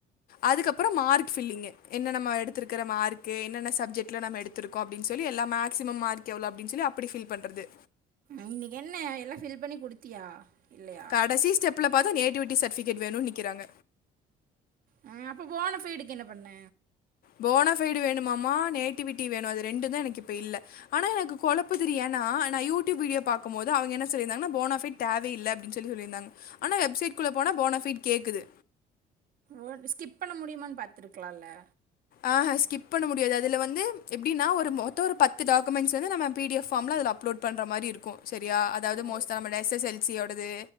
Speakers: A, on the left (about 60°); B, on the right (about 55°).
A: அதுக்கப்புறோ மார்க் ஃபில்லிங்கு என்ன நம்ம எடுத்துருக்கிற மார்க்கு என்னென்ன சப்ஜெக்ட்ல நம்ம எடு த்துருக்கோ அப்டின் சொல்லி எல்லா மேக்ஸிமம் மார்க் எவ்ளோ அப்டின் சொல்லி அப்டி ஃபில் பண்றது
B: இன்னிக் என்ன எல்லா ஃபில் பண்ணி குடுத்தியா இல்லையா
A: கடசி ஸ்டெப்ல பாத்தா நேட்டிவிட்டி சட்ஃபிகேட் வேணுன் நிக்கிறாங்க
B: அ அப்போ போனஃபைடுக் என்ன பண்ண
A: போனஃபைடு வேணுமாமா நேட்டிவிட்டி வேணு அது ரெண்டுந்தா எனக்கு இப்ப இல்ல ஆனா எனக்கு கொழப்புதிடி ஏனா நா யூடியூப் வீடியோ பாக்குமோது அவுங்க என்ன சொல்லிருந்தாங்கனா போனஃபிட் தேவையில்ல அப்டின் சொல்லி சொல்லிர்ந்தாங்க ஆனா வெப்சைட்குள்ள போனா போனஃபிட் கேக்குது
B: ஓ நீ ஸ்கிப் பண்ண முடியுமான் பாத்துருக்குலால
A: ஆஹ ஸ்கிப் பண்ண முடியாது அதுல வந்து எப்டினா ஒரு மொத ஒரு பத்து டாக்குமெண்ஸ் வந்து நம பீ டி எஃப் ஃபாம்ல அது அப்லோட் பண்ற மாரி இருக்கு செரியா அதாவ்து
B: ஓ
A: மோஸ்ட்டா நம்மோட எஸ் எஸ் எல் சி யோடது